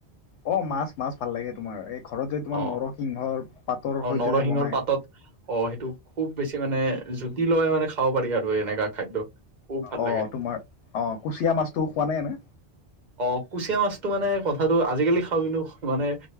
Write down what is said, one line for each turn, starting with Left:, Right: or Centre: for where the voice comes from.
Left: অ', মাছ- মাছ ভাল লাগে তোমাৰ এই ঘৰত যদি তোমাৰ
Right: অ
Left: নৰসিংহৰ পাতৰ
Right: অ
Left: সৈতে
Right: নৰসিংহৰ
Left: যে বনাই।
Right: পাতত অ', সেইটো খুব বেছি মানে জুতি লগাই মানে খাব পাৰি আৰু এনেকা খাদ্য। খুব ভাল
Left: অ',
Right: লাগে
Left: তোমাৰ অ', কুচিয়া মাছতটো খোৱানে এনে?
Right: অ', কুচিয়া মাছটো মানে কথাটো আজিকালি খাওঁ কিন্তু মানে